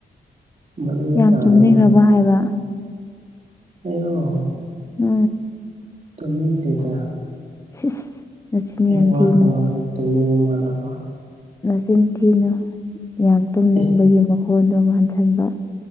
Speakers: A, on the right; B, on the left.
A: ꯃꯅꯨꯡꯗ
B: ꯌꯥꯝ
A: ꯇꯥꯗꯧ
B: ꯆꯨꯝꯅꯤꯡꯔꯕꯣ
A: ꯃꯥꯜꯂꯦ
B: ꯍꯥꯏꯕ
A: ꯑꯩꯔꯣ
B: <unintelligible>
A: ꯇꯨꯝꯅꯤꯡꯗꯦꯗ
B: <unintelligible> ꯅꯆꯤꯟ
A: ꯑꯩ
B: ꯌꯥꯝ
A: ꯋꯥ
B: ꯊꯤꯅꯨ
A: ꯈꯨꯋꯥꯁꯦ ꯇꯨꯝꯅꯤꯡꯕ ꯃꯥꯜꯂꯕ
B: ꯅꯆꯤꯟꯊꯤꯅꯨ ꯌꯥꯝ ꯇꯨꯝꯅꯤꯡꯕꯒꯤ
A: ꯑꯦ
B: ꯃꯈꯣꯟꯗꯨ ꯃꯥꯟꯁꯤꯟꯕ